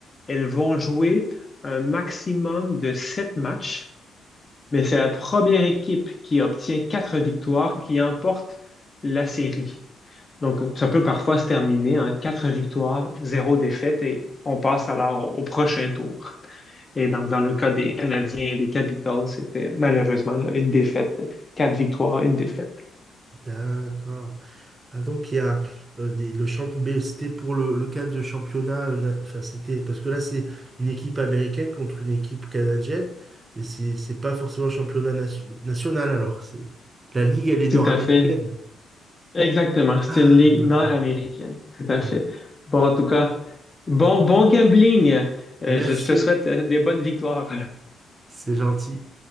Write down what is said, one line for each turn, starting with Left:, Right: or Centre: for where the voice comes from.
Left: elles vont jouer un maximum de sept matchs, mais c'est la première équipe qui obtient quatre victoires qui emporte la série. Donc, ça peut parfois se terminer en quatre victoires, zéro défaite, et on passe alors au, au prochain tour. Et donc, dans le cas des Canadiens et des Capitals, c'était malheureusement là, une défaite, quatre victoires, une défaite.
Right: D'accord. Ah, donc il y a euh, des, le champ, mais c'était pour le, le cadre de championnat, euh, na- enfin c'était parce que là c'est une équipe américaine contre une équipe canadienne, mais c'est c'est pas forcément un championnat nation- national alors. C'est la ligue, elle est nord-américaine.
Left: Tout à fait. Exactement. C'est
Right: Ah,
Left: une ligue
Right: voilà.
Left: nord-américaine. Tout à
Right: Ok.
Left: fait. Bon, en tout cas, bon, bon gambling. Euh,
Right: Merci,
Left: je, je te souhaite euh, des bonnes victoires.
Right: c'est gentil.